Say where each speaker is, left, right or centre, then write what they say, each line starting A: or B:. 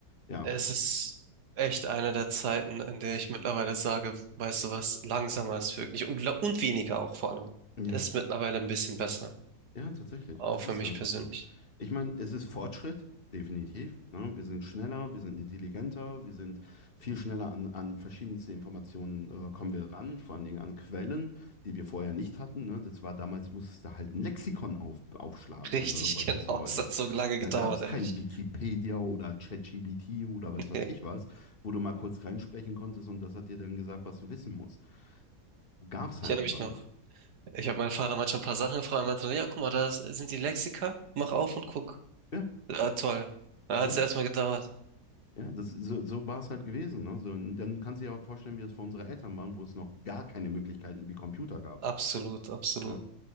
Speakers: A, on the left; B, on the right.
A: ja.
B: Es ist echt eine der Zeiten, in der ich mittlerweile sage, weißt du was, langsamer ist wirklich und, und weniger auch vor allem.
A: Ja.
B: Ist mittlerweile ein bisschen besser,
A: Ja, tatsächlich.
B: auch
A: Es
B: für
A: ist
B: mich
A: einfach
B: persönlich.
A: so. Ich meine, es ist Fortschritt, definitiv. Ne? Wir sind schneller, wir sind intelligenter, wir sind viel schneller an, an verschiedenste Informationen äh, kommen wir ran, vor allen Dingen an Quellen, die wir vorher nicht hatten. Ne? Das war damals, musstest du halt ein Lexikon auf, aufschlagen,
B: <laughs> Richtig,
A: wenn du irgendwas
B: genau.
A: wissen wolltest.
B: Es hat so lange
A: Da
B: gedauert,
A: gab es
B: ehrlich.
A: kein Wikipedia oder ChatGPT oder weiß was
B: Nee,
A: ich was, wo du mal kurz reinsprechen konntest und das hat dir dann gesagt, was du wissen musst. Gab es halt
B: Ich erinnere
A: einfach
B: mich
A: nicht.
B: noch. Ich habe meinen Vater manchmal ein paar Sachen gefragt. Er meinte, dann, ja, guck mal, da sind die Lexika. Mach auf und guck.
A: Ja,
B: Ah, toll. Da hat
A: ja.
B: es erstmal gedauert.
A: Ja, das, so, so war es halt gewesen. Ne? So, und dann kannst du dir ja vorstellen, wie es für unsere Eltern waren, wo es noch gar keine Möglichkeiten wie Computer gab.
B: Absolut, absolut.
A: Ja,